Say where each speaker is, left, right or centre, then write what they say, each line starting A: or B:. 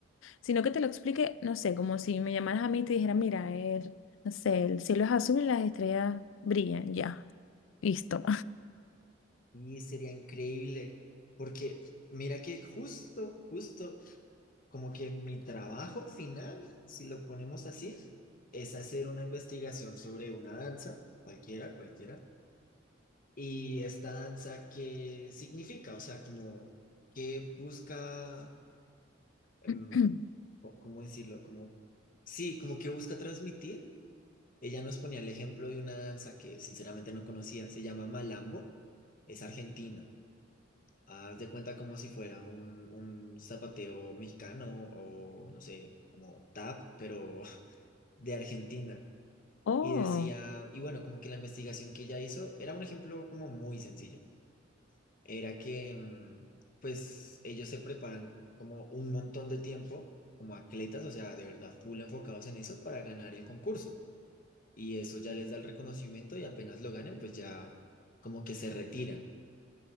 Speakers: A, on the left; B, on the left.
A: sino que te lo explique, no sé, como si me llamaras a mí y te dijera, mira, el, no sé, el cielo es azul y las estrellas brillan, ya, listo.
B: sí, sería increíble. Porque mira que justo, justo, como que mi trabajo final, si lo ponemos así, es hacer una investigación sobre una danza, cualquiera, cualquiera. Y esta danza, ¿qué significa? O sea, como, ¿qué busca, em,
A: <clears throat>
B: co- cómo decirlo? Como, sí, como que busca transmitir. Ella nos ponía el ejemplo de una danza que sinceramente no conocía, se llama Malambo, es argentina. Haz de cuenta como si fuera un, un zapateo mexicano o no sé, como tap, pero <laughs> de Argentina.
A: Oh,
B: Y decía, y bueno, como que la investigación que ella hizo era un ejemplo como muy sencillo. Era que mm, pues ellos se preparan como un montón de tiempo como atletas, o sea, de verdad, full enfocados en eso para ganar el concurso. y eso ya les da el reconocimiento y apenas lo ganen, pues ya como que se retiran.